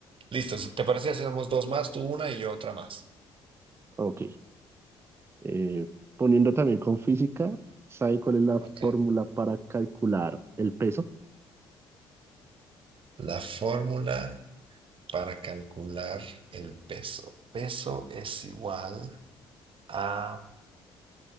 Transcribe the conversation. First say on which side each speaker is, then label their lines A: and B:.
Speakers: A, on the right (about 45°); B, on the right (about 20°).
A: Listo, ¿te parece si hacemos dos más, tú una y yo otra más?
B: Ok. Eh, poniendo también con física, ¿sabe cuál es la
A: Ok.
B: fórmula para calcular el peso?
A: La fórmula para calcular el peso. Peso es igual a...